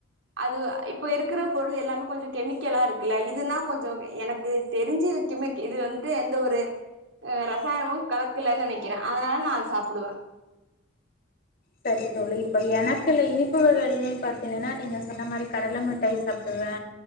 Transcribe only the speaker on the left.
சரி தோழி இப்ப எனக்குல இனிப்பு வகைகள்னு பாத்தீங்கன்னா நீங்க சொன்ன மாரி கடலை மிட்டாய் சாப்டுவே